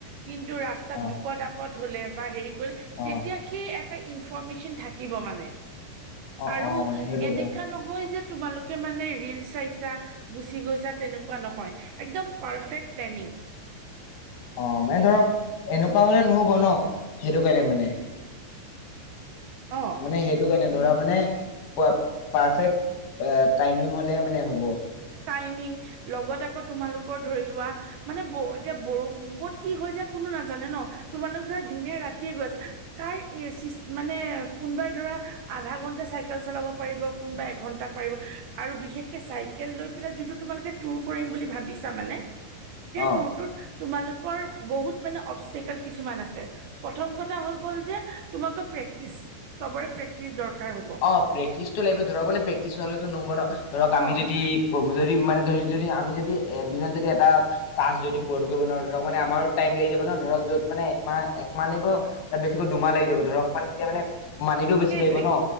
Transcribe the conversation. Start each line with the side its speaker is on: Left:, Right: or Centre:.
Right: কিন্তু ৰাস্তাত
Left: অ
Right: বিপদ আপদ হলে বা হেৰি কৰিলে
Left: অ
Right: তেতিয়া সি এটা ইনফৰমেশচন থাকিব মানে
Left: অ
Right: আৰু
Left: অ মানে সেইটো
Right: এনেকুৱা
Left: কাৰণে
Right: নহৈ যে তোমালোকে মানে ৰিল চাইছা গুচি গৈছা তেনেকুৱা নহয় একদম পাৰফেক্ট প্লেনিং
Left: অ মানে ধৰক এনেকুৱা হলে নহব ন সেইটো কাৰণে মানে
Right: অ
Left: মানে সেইটো কাৰণে ধৰা মানে পাৰফেক্ট টাইমিং হলে মানে হ'ব
Right: াইমিং লগত আকৌ তোমালোকৰ ধৰি লোৱা মানে এতিয়া বৰষুণ ক'ত কি হৈ য য়া কোনো নাজানে ন তোমালোক ধৰা দিনে ৰাতিয়ে গৈ আছা কাৰ মানে কোনবাই ৰা আধা ঘন্টা চাইকেল চলাব পাৰিব কোনোবা এঘন্টা পাৰিব আৰু বিশেষকে চাই েল লৈ পেলাই যোনটো তোমালোকে টুৰ কৰিম বুলি ভাবিছা মানে সেই
Left: অ
Right: টুৰটোত তোমালোকৰ বহুত মানে অবষ্টেকেল কিছুমান আছে প্ৰথম কথা হৈ গল যে তোমাকৌ প্ৰেক্টিচ চবৰে প্ৰেক্টিচ দৰকাৰ হ'ব
Left: অ প্ৰেক্টিচটো লাগিব ধৰক মানে প্ৰেক্টিচ নহলেতো নহব ন ধৰক আমি
Right: অ
Left: যদি য মানে ধ যদি আমি যদি এদিনত যদি এটা ্ যদি পূৰণ কৰিব নোৱাৰোঁ ধৰক মানে আমাৰ টাইম লাগি যাব ন ধৰক যত মানে একমাহ একমাহ লাগিব তাত বেছিকৈ দুমাহ লাগি যাব ধৰক মানে তেতিয়া মানে মানিটো বেছি
Right: সেইটোৱেই
Left: লাগিব ন